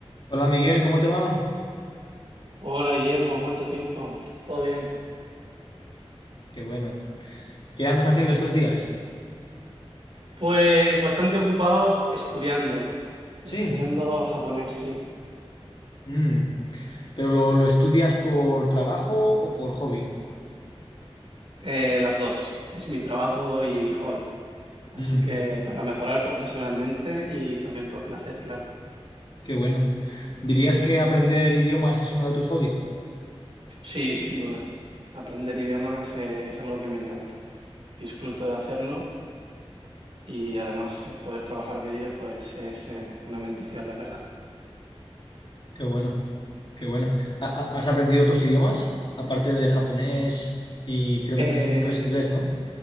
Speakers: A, on the left; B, on the right.
A: Hola Miguel, ¿cómo te va?
B: Hola Guillermo, ¿cuánto tiempo? ¿Todo bien?
A: Qué bueno. ¿Qué andas haciendo estos días?
B: Pues bastante ocupado estudiando, estudiando
A: Sí.
B: japonés, sí.
A: Mm. ¿Pero lo, lo estudias por trabajo o por hobby?
B: Eh, las dos, es mi trabajo y mi hobby. Así
A: Mm.
B: que para mejorar profesionalmente y también por placer, claro.
A: Qué bueno. ¿Dirías que aprender idiomas es uno de tus hobbies?
B: Sí, sin duda. Aprender idiomas eh, es algo que me encanta. Disfruto de hacerlo y además eh, poder trabajar de ello pues es eh, una bendición, la verdad.
A: Qué bueno, qué bueno. ¿Ha- ha- ¿Has aprendido otros idiomas? Aparte de japonés y creo
B: Eh,
A: que también sabes inglés, ¿no?